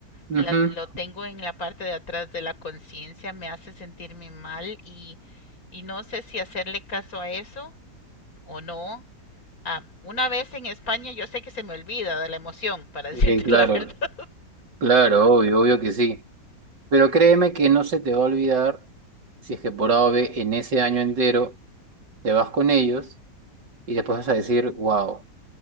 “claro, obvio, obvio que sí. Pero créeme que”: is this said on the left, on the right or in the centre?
Right